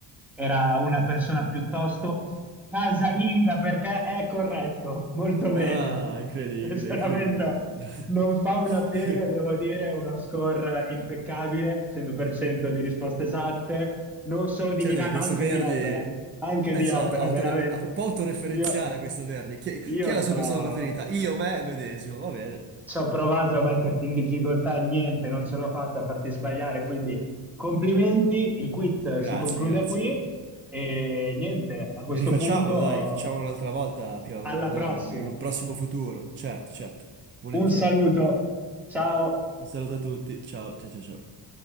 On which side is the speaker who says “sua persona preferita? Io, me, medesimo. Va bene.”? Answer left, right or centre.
Right